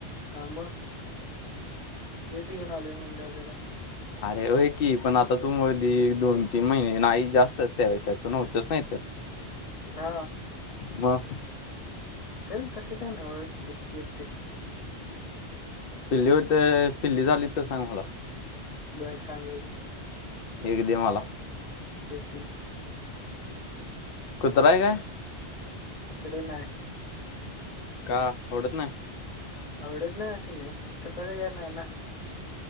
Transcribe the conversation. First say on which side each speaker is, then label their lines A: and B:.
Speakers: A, on the left (about 35°); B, on the left (about 60°).
A: हा. म. मीच घेऊन आलोय म्हणल्यावर त्याला
B: अरे होई की, पण आता तू मधे दोन-तीन महिने नाही, जास्तच त्यापेक्षा तू न्हवतास ना इथ.
A: हा.
B: मग?
A: ते तसं काय नाही ओळखतय ते.
B: पिल्ली होते पिल्ली झाली तर सांग मला.
A: बर संगुया की
B: एक दे मला.
A: त <unintelligible> <inaudible>
B: कुत्र हाय काय?
A: कुत्र नाय.
B: का आवडत नाय?
A: आवडत नाही अस नाही, स्वतःच घर नाही ना.